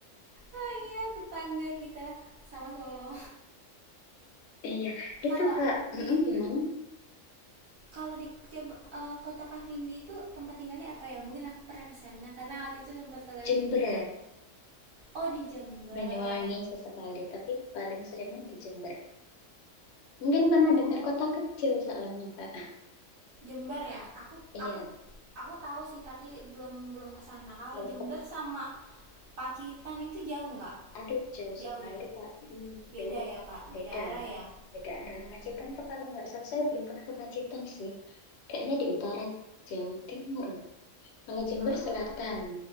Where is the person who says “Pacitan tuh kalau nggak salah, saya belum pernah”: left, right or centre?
Left